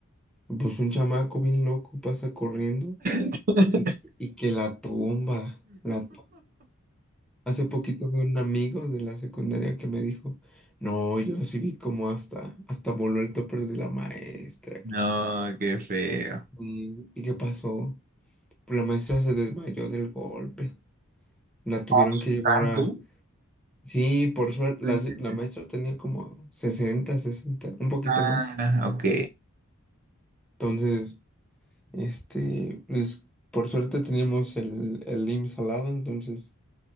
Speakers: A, in the centre; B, on the right.
A: Pues un chamaco bien loco pasa corriendo
B: <laughs>
A: y, y que la tumba, la Hace poquito vi un amigo de la secundaria que me dijo, no, yo sí vi como hasta, hasta voló el topper de la maestra,
B: No,
A: loco.
B: qué feo.
A: ¿Y, ¿y qué pasó? Pues la maestra se desmayó del golpe. La tuvieron
B: Ah,
A: que llevar
B: ¿Tanto?
A: a... Sí, por suerte,
B: Mm.
A: la, se- la maestra tenía como sesenta 60 un poquito
B: Ah,
A: más.
B: ok.
A: Entonces, este, pues por suerte teníamos el, el IMSS al lado, entonces